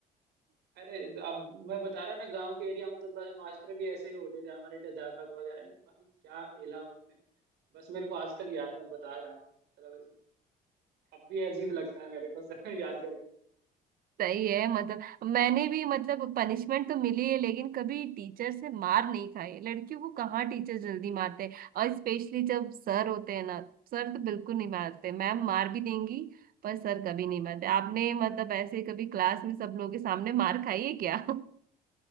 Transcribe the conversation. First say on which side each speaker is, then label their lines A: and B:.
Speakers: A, on the right (about 75°); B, on the right (about 60°).
A: अरे अब मैं बता रहा ना गांव के एरिया में तो बस मास्टर भी ऐसे ही होते थे हमारे अध्यापक वगैरह भी भाई क्या पेला उन्होंने बस मेरे को आज तक याद है मैं बता रहा हूँ मतलब अब भी अजीब लगता है मेरे को <laughs> सर, याद
B: सही है मतलब मैंने भी मतलब पनिशमेंट तो मिली है लेकिन कभी टीचर से मार नहीं खाई है। लड़कियों को कहाँ टीचर जल्दी मारते हैं और स्पेशली जब सर होते हैं ना सर तो बिल्कुल नहीं मारते मैम मार भी देंगी पर सर कभी नहीं मारते आपने मतलब ऐसे कभी क्लास में सब लोगों के सामने मार खाई है क्या